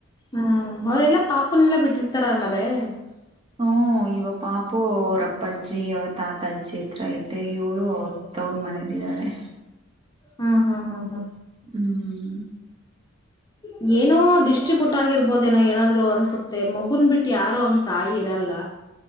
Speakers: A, on the left; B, on the right.
A: ಹ್ಮ್ ಅವರೆಲ್ಲಾ ಪಾಪನೆಲ್ಲಾ <unintelligible>
B: ಹ್ಮ ಇವ ಪಾಪು ಅವ್ರಪ್ಪಜ್ಜಿ ಅವ ತಾತ ಅಜ್ಜಿ ಇ ಹತ್ರ ಐತೆ ಇವಳು ಅವ್ರ ತವ್ರ ಮನೇಲ್ಲಿದ್ದಾಳೆ
A: ಹ್ಮ ಹಾ ಹಾ ಹ್ಮ
B: ಹ್ಮ್
A: ಹ ಏನೋ ಡಿಸ್ಟ್ರಿಬ್ಯೂಟ್ ಆಗಿರ್ಬೋದೇನೋ ಏನಾದ್ರು ಅನ್ಸುತ್ತೆ ಮಗುನ್ ಬಿಟ್ಟು ಯಾರು ಅಂಗ್ ತಾಯಿ ಇರಲ್ಲ